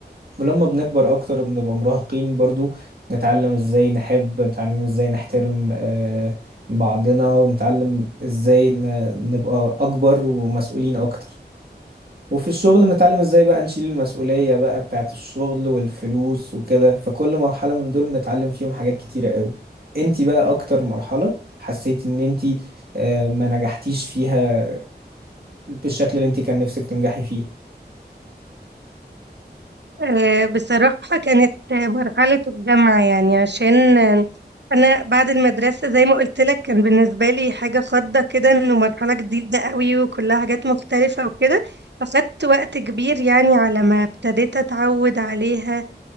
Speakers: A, on the right; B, on the right.
A: ولما بنكبر اكتر بنبقى مراهقين برضو نتعلم ازاي نحب نتعلم ازاي نحترم آه، بعضنا ونتعلم ازاي ن- نبقى اكبر ومسؤولين اكتر وفي الشغل بنتعلم ازاي بقى نشيل المسؤولية بقى بتاعت الشغل والفلوس وكده فكل مرحلة من دول بنتعلم فيهم حاجات كتيرة قوي انتي بقى اكتر مرحلة حسيت ان انتي آه، ما نجحتيش فيها بالشكل اللي انتي كان نفسك تنجحي فيه
B: آه، بصراحة كانت آه، مرحلة الجامعة يعني عشان آه، أنا بعد المدرسة زي ما قلت لك كان بالنسبة لي حاجة خضة كده إنه مرحلة جديدة قوي وكلها حاجات مختلفة وكده فخدت وقت كبير يعني على ما ابتديت أتعود عليها